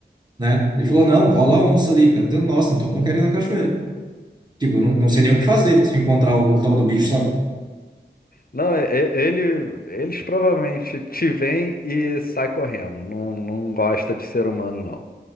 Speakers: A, on the right; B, on the left.
A: né? Ele falou, não, rola onça ali, cara. Eu, Nossa, então eu não quero ir na cachoeira. Tipo, eu não, não sei
B: E-
A: nem o que fazer se eu encontrar o, o tal do bicho, sabe?
B: Não, e- e- ele, eles provavelmente te veem e sai correndo. Não, não gosta de ser humano, não.